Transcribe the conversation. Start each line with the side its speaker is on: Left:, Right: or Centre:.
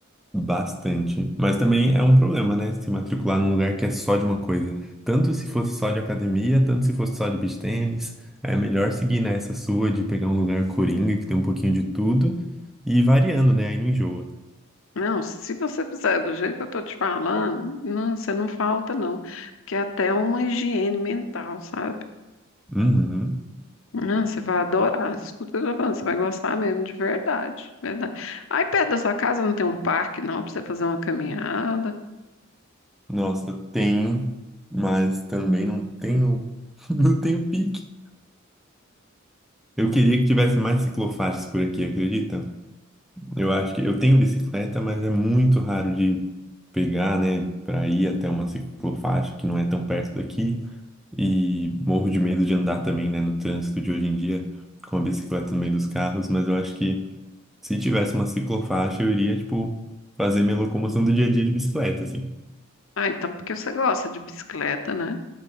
Centre: Bastante. Mas também é um problema, né? Se matricular num lugar que é só de uma coisa. Tanto se fosse só de academia, tanto se fosse só de beach tênis. É melhor seguir nessa sua de pegar um lugar coringa, que tem um pouquinho de tudo, e ir variando, né? Aí não enjoa.
Left: Não, se você fizer do jeito que eu tô te falando, não, você não falta, não. Porque é até uma higiene mental, sabe?
Centre: Uhum.
Left: Não, você vai adorar. Escuta o que eu tô falando, você vai gostar mesmo, de verdade, verdade. Aí perto da sua casa não tem um parque, não, pra você fazer uma caminhada.
Centre: Nossa, tenho, mas também não tenho, <laughs> não tenho pique. Eu queria que tivesse mais ciclofaixas por aqui, acredita? Eu acho que eu tenho bicicleta, mas é muito raro de pegar, né, para ir até uma ciclofaixa que não é tão perto daqui. E morro de medo de andar também, né, no trânsito de hoje em dia com a bicicleta no meio dos carros, mas eu acho que se tivesse uma ciclofaixa, eu iria, tipo, fazer minha locomoção do dia a dia de bicicleta, assim.
Left: Ah, então porque você gosta de bicicleta, né?